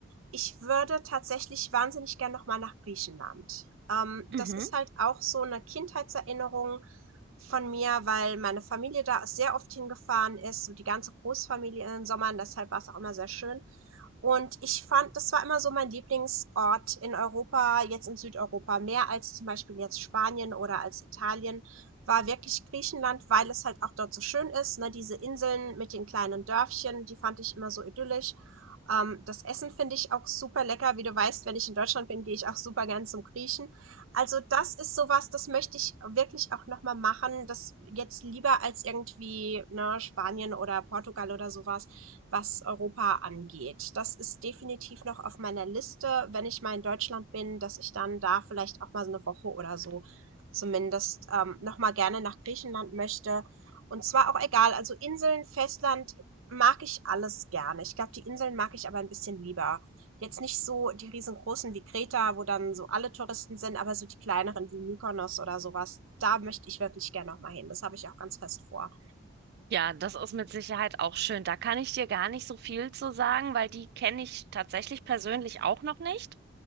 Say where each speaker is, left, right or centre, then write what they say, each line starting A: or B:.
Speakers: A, on the right; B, on the right.
A: ich würde tatsächlich wahnsinnig gern noch mal nach Griechenland. Ähm, das
B: Mhm.
A: ist halt auch so eine Kindheitserinnerung von mir, weil meine Familie da sehr oft hingefahren ist, so die ganze Großfamilie in den Sommern, deshalb war es auch immer sehr schön. Und ich fand, das war immer so mein Lieblingsort in Europa, jetzt in Südeuropa, mehr als zum Beispiel jetzt Spanien oder als Italien, war wirklich Griechenland, weil es halt auch dort so schön ist, ne? Diese Inseln mit den kleinen Dörfchen, die fand ich immer so idyllisch. Ähm, das Essen finde ich auch super lecker. Wie du weißt, wenn ich in Deutschland bin, gehe ich auch super gern zum Griechen. Also das ist sowas, das möchte ich wirklich auch nochmal machen. Das jetzt lieber als irgendwie, ne, Spanien oder Portugal oder sowas was Europa angeht. Das ist definitiv noch auf meiner Liste, wenn ich mal in Deutschland bin, dass ich dann da vielleicht auch mal so eine Woche oder so zumindest, ähm, noch mal gerne nach Griechenland möchte. Und zwar auch egal, also Inseln, Festland mag ich alles gerne. Ich glaube, die Inseln mag ich aber ein bisschen lieber. Jetzt nicht so die riesengroßen wie Kreta, wo dann so alle Touristen sind, aber so die kleineren wie Mykonos oder sowas. da möchte ich wirklich gerne noch mal hin. Das habe ich auch ganz fest vor.
B: Ja, das ist mit Sicherheit auch schön. Da kann ich dir gar nicht so viel zu sagen, weil die kenne ich tatsächlich persönlich auch noch nicht.